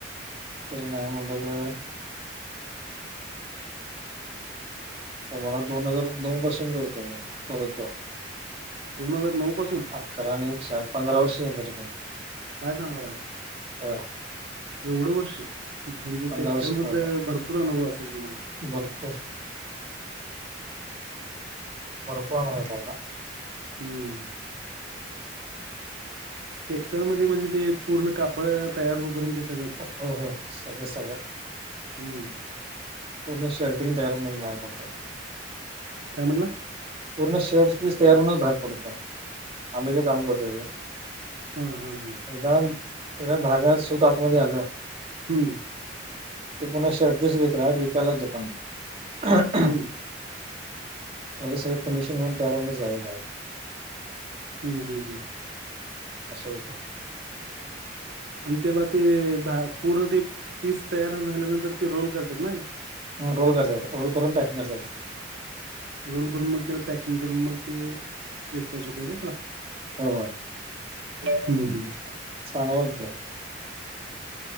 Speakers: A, on the right; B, on the right.
A: तरी नाही म्हंटला तर. आता बघा दोन हजार नऊ पासून करतोय मी कमीत कमी.
B: दोन हजार नऊ पासून.
A: अकरा आणि हे चार पंधरा वर्ष झाली तरी पण.
B: काय सांगालाय.
A: होय.
B: एवढं वर्ष. म्हणजे
A: पंधरा
B: टेक्स्टाईल
A: वर्ष
B: मधन
A: करतो
B: भरपूर अनुभव असल तुम्हाला.
A: भरपूर भरपूर अनुभव आहे आता.
B: हम्म. टेक्स्टाईल मध्ये म्हणजे ते पूर्ण कापड तयार होऊपर्यंतच.
A: होय होय सगळं सगळं.
B: हम्म.
A: पूर्ण शर्टटिंग तयार होऊनच बाहेर पडतय.
B: काय म्हणला.
A: पूर्ण शर्टस पीस तयार होउनच बाहेर पडत आम्ही जे काम करतोय ते.
B: हा हा हा.
A: एकदा एकदा धागा सुत आतमध्ये आलं.
B: हम्म.
A: ते पुन्हा शर्टपीस विका विकायलाच दुकानात.
B: हं,
A: एवढ सगळ फिनिशिंग होऊन तयार होऊनच जाते बाहेर.
B: हम् हम् हम.
A: अस होतय.
B: आणि त्याला ते धा पूर्ण ते पीस तयार झाल्यानंतर ते रोल करतात नाय.
A: ह रोल करत्यात रोल करून पॅकिंग करत्यात.
B: रोल करून मग त्याला पॅकिंग करून मग ते डीसपॅच होतय काय त्याला.
A: बरोबर
B: हम्म हम्म.
A: चांगलं ओळख त्यात.